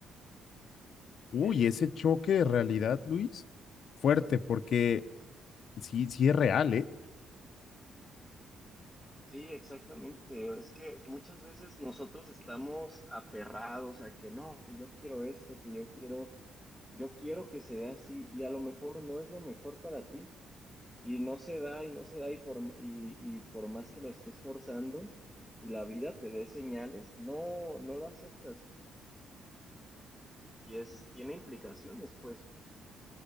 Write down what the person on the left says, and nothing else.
Uy,
ese choque de realidad, Luis, fuerte, porque sí, sí es real, ¿eh?